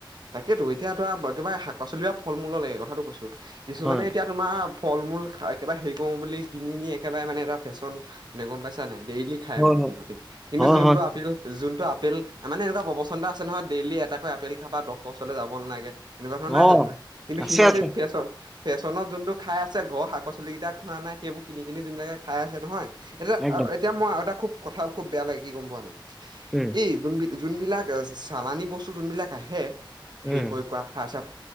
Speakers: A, on the right; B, in the centre.
A: তাকেতো এতিয়া তোৰা কিবা শাক পাচলি বা ফল মূলো লৈকে কথাটো কৈছো। কিছুমানে
B: হয়
A: এতিয়া তোমাৰ ফল মূল হে কটা বুলি কিনিন একেবাৰে মানে এটা ফেশ্বন নে গ'ম পাইছা নাই। ডেইলি খাই
B: হয়
A: মানে
B: হয়
A: সিহঁতে কিন্তু
B: হয়
A: যোনটো
B: হয়
A: আপেল কোনটো। ত' আপেল মানে এনেকুৱা প্ৰচন্দ আছে নহয় ডেইলি এটাকৈ আপেল খাবা ডক্টৰ ওচৰলৈ যাব নালাগে। এনেকুৱা ধৰণৰ
B: অ',
A: নাই জানো কিন্তু
B: আছে
A: সিহঁতে
B: আছে
A: ফেশ্বন ফেশ্বনত যোনটো খাই আছে ঘৰ শাক পচলি কেইটা খোৱা নাই সেইবোৰ কিনি কিনি যোনবিলাকে খাই আছে নহয়। এতিয়া
B: একদম
A: এতিয়া মই এটা খুব কথা খুব বেয়া লাগে কি গ'ম পোৱা নাই
B: উম,
A: এই যোন যোনবিলাক। চালানি বস্তু আহে হেৰী
B: উম,
A: প্ৰয়োগ কৰা কথা আছে।